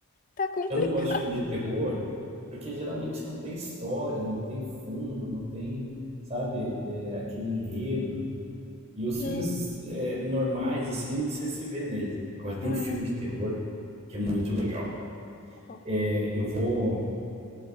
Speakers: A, on the left; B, on the right.
A: tá complicado.
B: Eu não gosto de filme de terror, porque geralmente não tem história, não tem fundo, não tem, sabe, é, aquele enredo. E os
A: Sim,
B: filmes é, normais, assim, você se vê neles. Agora tem
A: é.
B: um filme de terror que é muito legal.
A: Ó,
B: É, eu vou.